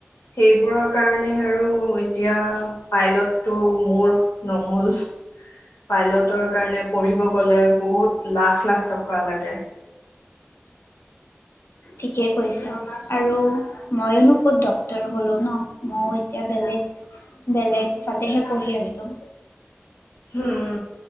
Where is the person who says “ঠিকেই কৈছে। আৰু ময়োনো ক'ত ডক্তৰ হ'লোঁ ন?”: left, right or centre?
Left